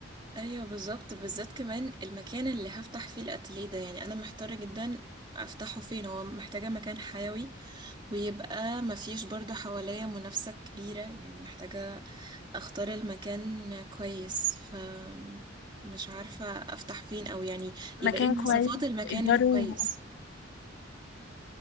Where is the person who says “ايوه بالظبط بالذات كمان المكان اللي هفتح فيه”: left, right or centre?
Right